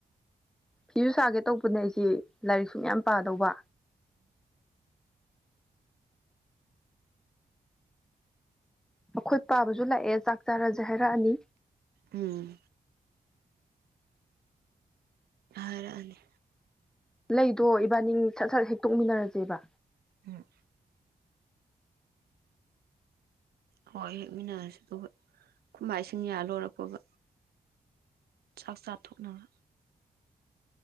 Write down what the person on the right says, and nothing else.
ꯎꯝ ꯍꯥꯢꯔꯑꯅꯤ꯫
ꯎꯝ꯫ ꯍꯣꯏ ꯍꯦꯛꯃꯤꯟꯅꯔꯁꯤ ꯍꯣ ꯍꯣꯏ ꯈꯨꯃꯥꯏ ꯁꯤꯡ ꯌꯥ ꯂꯣꯏꯔꯛꯄꯒ꯫ ꯆꯥꯛ ꯆꯥꯊꯣꯛꯅꯕ